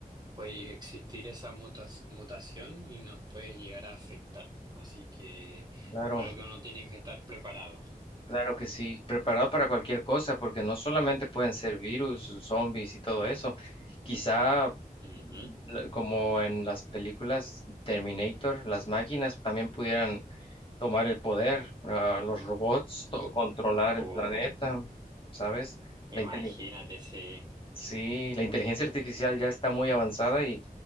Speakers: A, on the right; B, on the left.
A: puede existir esa mutas- mutación y nos puede llegar a afectar. Así que
B: Claro,
A: creo que uno tiene que estar preparado.
B: claro que sí. Preparado para cualquier cosa, porque no solamente pueden ser virus, zombies y todo eso. Quizá,
A: Ujú.
B: la- como en las películas Terminator, las máquinas también pudieran tomar el poder, ah, los robots, to-
A: Mm.
B: controlar
A: O
B: el planeta, ¿sabes? La
A: imagínate,
B: inteligencia.
A: sí.
B: Sí, la inteligencia artificial ya está muy avanzada y